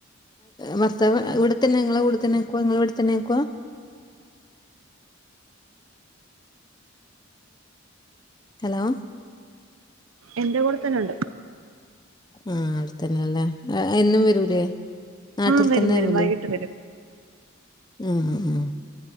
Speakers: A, on the left; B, on the right.
A: ഭർത്താവ് ഇവിടെത്തന്നെ നിങ്ങളെ കൂടെത്തന്നെ ഇവിടെ തന്നെക്കുവ നിങ്ങളെ ഇവിടെത്തന്നെ ആക്കുവാ ഹലോ.
B: എന്റെ കൂടെ തന്നെണ്ട്.
A: ആ അവടെത്തന്നെല്ലേ. ആ ഹേ. എന്നും വെരൂലേ നാട്ടിൽ
B: ആഹ് വരും
A: തന്നെ
B: വരും
A: ആവൂലേ.
B: വൈകിട്ട് വരും
A: ആഹ് ആഹ്